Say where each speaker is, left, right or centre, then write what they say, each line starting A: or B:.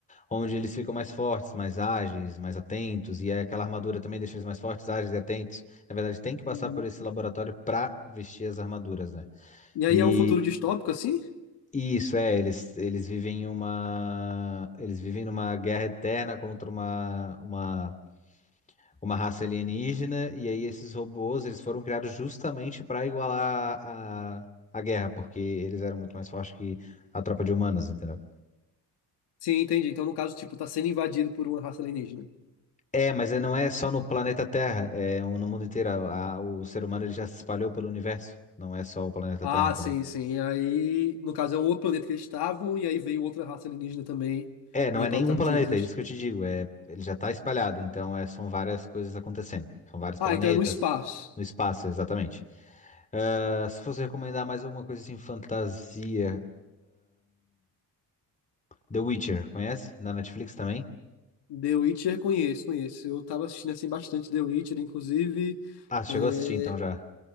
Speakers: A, on the left; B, on the left.
A: onde eles ficam mais fortes, mais ágeis, mais atentos, e aí aquela armadura também deixa eles mais fortes, ágeis e atentos. Na verdade, tem que passar
B: Hum.
A: por esse laboratório para vestir as armaduras, né?
B: E aí
A: E,
B: é um futuro distópico, assim?
A: isso, é, eles, eles vivem em uma, eles vivem numa guerra eterna contra uma, uma, uma raça alienígena, e aí esses robôs, eles foram criados justamente para igualar a, a guerra, porque eles eram muito mais fortes que a tropa de humanos, entendeu?
B: Sim, entendi. Então, no caso, tipo, tá sendo invadido por uma raça alienígena.
A: É, mas não é só no planeta Terra, é no mundo inteiro, a- a- o ser humano ele já se espalhou pelo universo, não é só o planeta
B: Ah,
A: Terra, entendeu?
B: sim, sim. E aí, no caso, é um outro planeta que eles estavam, e aí veio outra raça alienígena também,
A: É, não
B: e aí
A: é
B: pra
A: nenhum
B: lutar
A: planeta,
B: contra eles. eles-
A: é isso que eu te digo. É, ele já está espalhado, então é, são várias coisas acontecendo. São vários
B: Ah,
A: planetas
B: então é no espaço.
A: no espaço, exatamente. Ah, se fosse recomendar mais alguma coisa assim, fantasia, The Witcher, conhece? Na Netflix também?
B: The Witcher conheço, conheço. Eu tava assistindo assim bastante The Witcher, inclusive.
A: Ah, chegou
B: é,
A: a assistir então já.